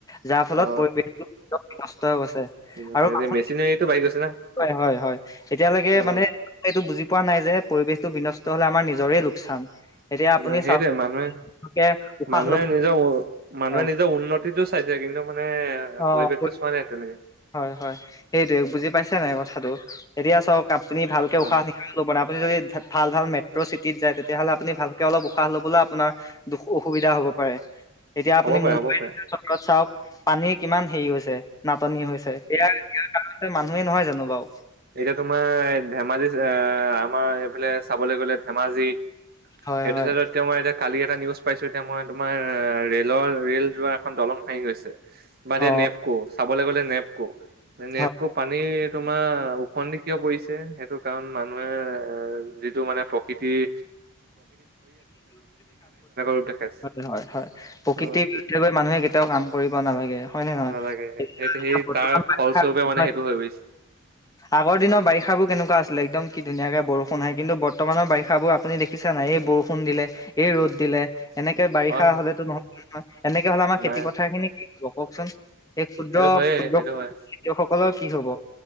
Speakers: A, on the left (about 15°); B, on the right (about 45°).
A: যাৰ ফলত
B: অ
A: পৰিৱেশটো <inaudible>
B: ঠিক আছে
A: আৰু <inaudible>
B: এতিয়া মেচিনাৰীটো বাঢ়ি গৈছে না
A: হয় - হয় - হয়। এতিয়ালৈকে
B: অ
A: মানে এইটো বুজি পোৱা নাই যে, পৰিৱেশটো বিনষ্ট হ'লে আমাৰ নিজৰে লোকচান। এতিয়া আপুনি
B: ন এ সেইটোৱে।
A: চাওক
B: মানুহে
A: লোকে উশাহ
B: মানুহে
A: ল'ব
B: নিজৰ অ'- মানুহে
A: হয়
B: নিজৰ উন্নতিটো চাইছে। কিন্তু মানে
A: অ'।
B: পৰিৱেশটো চোৱা নাই। এতিয়ালৈকে
A: হয় - হয়, সেইটোৱে। বুজি পাইছে নাই কথাটো? এতিয়া চাওঁক কাপ পিনি ভালকে
B: অ
A: উশাহ নিশাহো লব না পুনি যদি ভ- ভাল - ভাল মেট্ৰ' চিটিত যায়, তেতিয়াহ'লে আপুনি ভালকে অলপ উশাহ লবলৈও আপোনাৰ দুখ- অসুবিধা হ'ব। হ'ব পাৰে। এতিয়া আপুনি
B: হ'ব পাৰে
A: মুম্বাই
B: হ'ব পাৰে
A: <inaudible> ত চাওঁক। পানীৰ কিমান হেৰি হৈছে। নাটনি হৈছে এয়া ইয়াৰ কাৰণতে মানুহে নহয় জানো বাও।
B: এতিয়া তোমাৰ ধেমাজি আহ আমাৰ এইফালে চাবলৈ গলে ধেমাজি
A: হয়
B: সেইটো
A: হয়
B: চাইডত এতিয়া মই এতিয়া কালি এটা নিউজ পাইছো এতিয়া মই তোমাৰ ৰেলৰ ৰেল যোৱা এখন দলং হাই হৈছে। বাদিয়
A: অ
B: নেপকো চাবলৈ গলে নেপকো। নেপকো
A: হয়
B: পানী তোমাৰ উফন্দি কিয় পৰিছে সেইটো কাৰণ মানুহে এ যিটো মানে প্ৰকৃতিৰ
A: <unintelligible>
B: ৰূপ দেখাইছে
A: হয় হয় হয় প্ৰকৃতিৰ
B: উম
A: বিৰুদ্ধে গৈ মানুহে কেতিয়াও কাম কৰিব নালাগে হয় নে নহয়
B: নালাগে
A: এতিয়া
B: সেইটো সেই
A: বৰ্তমান
B: তাৰ
A: বাৰিষা
B: ফলস্বৰূপে
A: হয়
B: মানে সেইটো হৈ গৈছ-
A: আগৰ দিনৰ বাৰিষাবোৰ কেনেকুৱা আছিলে একদম কি ধুনীয়াকে বৰষুণ হয় কিন্তু বৰ্তমানৰ বিষাবোৰ আপুনি দেখিছে নাই এই বৰষুণ ষুণ দিলে এই ৰ'দ দিলে। এনেকে বাৰিষা
B: হয় হয়
A: হলেতো নহয় নহয় এনেকে হ'লে আমাৰ খেতি
B: নাই
A: পথাৰ খিনি কি হব কওকচোন। এই ক্ষুদ্ৰ
B: সেইটো হয়ে
A: ক্ষুদ্ৰ
B: সেইটো হয়
A: খেতিয়কসকলৰ কি হব